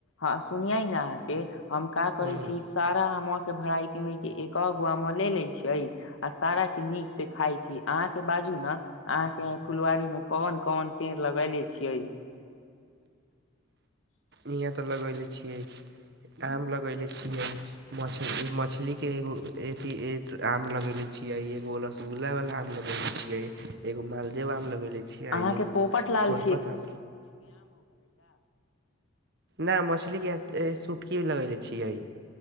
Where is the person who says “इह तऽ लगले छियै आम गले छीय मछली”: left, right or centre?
Right